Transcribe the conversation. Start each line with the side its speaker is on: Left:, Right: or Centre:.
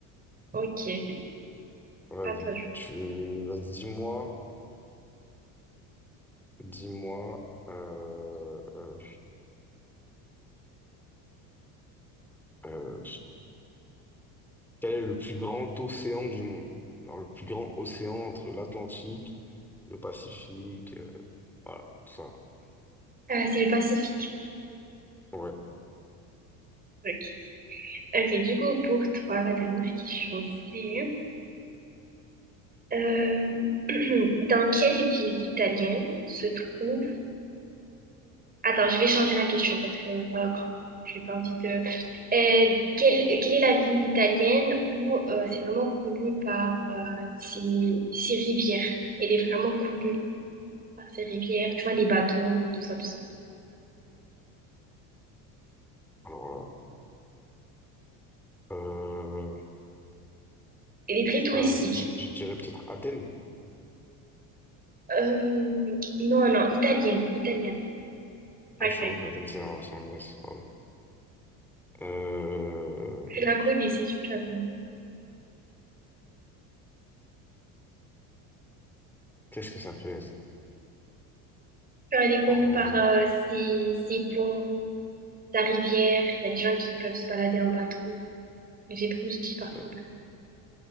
Right: ok.
Centre: Vas-y.
Right: À toi, je-
Centre: Tu... Vas-y, dis-moi. Dis-moi. Euh... euh, euh, Quel est le plus grand océan du monde? Alors, le plus grand océan entre l'Atlantique, le Pacifique, euh, voilà, tout ça.
Right: Euh, c'est le Pacifique.
Centre: Ouais,
Right: Ok. Ok, du coup, pour toi, la dernière question, c'est euh, <clears throat> dans quelle ville italienne se trouve... Attends, je vais changer la question parce que, voilà, quand j'ai pas envie de... Euh, quelle, quelle est la ville italienne où euh, c'est vraiment connu par euh, ses, ses rivières? Elle est vraiment connue par ses rivières, tu vois, les bateaux, tout ça, tout ça.
Centre: alors là, euh,
Right: Elle est très
Centre: ça,
Right: touristique.
Centre: je, je dirais peut-être Athènes.
Right: Euh, non, non, italienne, italienne, pas
Centre: Ah, je
Right: grecque.
Centre: suis un ouf, Athènes, c'est en, c'est en Grèce, pardon. Euh,
Right: Tu la connais, c'est sûr que tu la connais.
Centre: qu'est-ce que ça peut être?
Right: Enfin, Elle est connue
Centre: Pardon.
Right: par euh, ses, ses ponts, sa rivière. Il y a des gens qui peuvent se balader en bateau. Mais J'ai trop dit par
Centre: Euh,
Right: contre.